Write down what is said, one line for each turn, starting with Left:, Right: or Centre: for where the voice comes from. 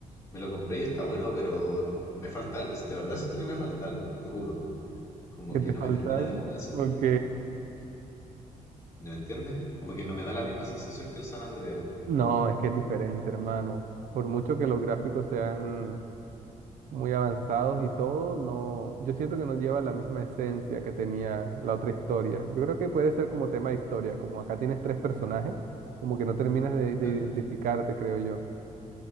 Left: Me lo compré y está bueno, pero me falta algo. De verdad siento que me falta algo, te juro. Como
Right: ¿Que
Left: que
Right: te
Left: no
Right: falta
Left: me termina
Right: algo?
Left: de convencer.
Right: Ok.
Left: ¿Me entiendes? Como que no me da la misma sensación que el San Andreas.
Right: No, es que es diferente, hermano. Por mucho que los gráficos sean muy avanzados y todo, no, yo siento que no lleva la misma esencia que tenía la otra historia. Yo creo que puede ser como tema de historia, como acá tienes tres personajes, como que no terminas de, de
Left: Claro.
Right: identificarte, creo yo.